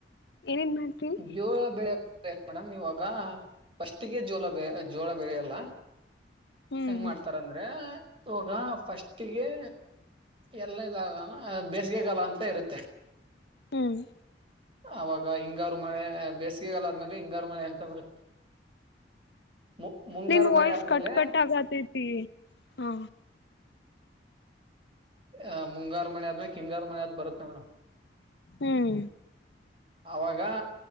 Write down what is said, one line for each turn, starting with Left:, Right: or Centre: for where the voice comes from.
Left: ಏನೇನ್ ಮಾಡ್ತೀವಿ
Right: ಜೋಳ ಬೆಳಕ್. ಏನ ಮೇಡಮ್ ಇವಾಗ ಫಸ್ಟಿಗೆ ಜೋಳ ಜೋಳ ಬೆಳಿಯಲ್ಲ.
Left: ಹ್ಮ್
Right: ಹೆಂಗ್ ಮಾಡ್ತಾರ ಅಂದ್ರೆ ಇವಾಗ ಫಸ್ಟಿಗೆ. ಎಲ್ಲ <unintelligible> ಬೇಸಿಗೆಗಾಲ ಅಂತ ಇರುತ್ತೆ.
Left: ಹ್ಮ್.
Right: ಅವಾಗ ಹಿಂಗಾರು ಮಳೆ ಬೇಸಿಗೆಗಾಲ ಆದ್ಮೇಲೆ ಹಿಂಗಾರು ಮಳೆ ಅಂತ ಬರುತ್ತೆ. <inaudible> ಮುಂಗಾರು
Left: ನಿನ್ ವಾಯ್ಸ್
Right: ಮಳೆ ಆದ್ಮೇಲೆ
Left: ಕಟ್ ಕಟ್ ಆಗತೈತಿ ಹಾ.
Right: ಹ ಮುಂಗಾರು ಮಳೆ ಆದ್ಮೇಲೆ ಕಿಂಗಾರು ಮಳೆ ಆದ್ ಬರುತ್ತೆ ಮೇಡಮ್.
Left: ಹ್ಮ್.
Right: ಅವಾಗ.